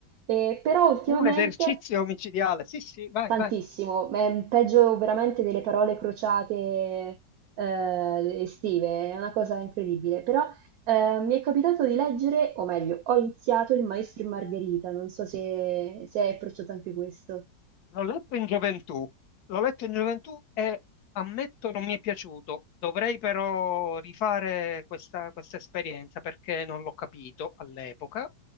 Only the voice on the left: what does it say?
è un esercizio omicidiale. Sì, sì, vai,
vai.
L'ho letto in gioventù, l'ho letto in gioventù e ammetto non mi è piaciuto. Dovrei però rifare questa, questa esperienza perché non l'ho capito all'epoca,